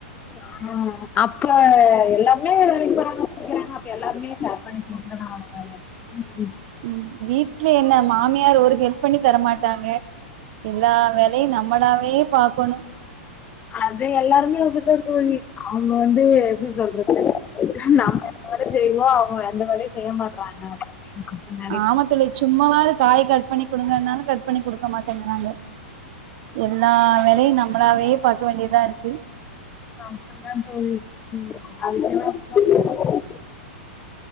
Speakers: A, on the left; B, on the right.
A: ஆ அப்ப எல்லாமே வேலைக் போறங்க சொல்லிக்கிறாங்க எல்லாருமே <unintelligible> பண்ணி திருந்தானே ஆவ்னு எல்லாருமே
B: ம் வீட்ல என்ன மாமி மியார் ஒரு ஹெல்ப் பண்ணி தர மாட்டாங்க எல்லா வேலையு நம்மளாவே பாக்கணு
A: அத எல்லாருமே அப்டி தா இர்காங்கி அவுங்க வந்து எப்டி சொல்றது நம்ம எல்லா வேலயு செய்வோ அவுங்க எந்த வேலயு செய்ய மாட்றாங்க இ மட்டுங்க
B: ஆமா தோழி சும்மாவாது காய் கட் பண்ணி குடுங்கனாலு கட் பண்ணி குடுக்க மாட்டேங்கறாங்க எல்லா வேலையு நம்மளாவே பாக்க வேண்டியதா இருக்கு
A: கஷ்டந்தா தோழி அவிங்கல்ல அப்டிதா தோழி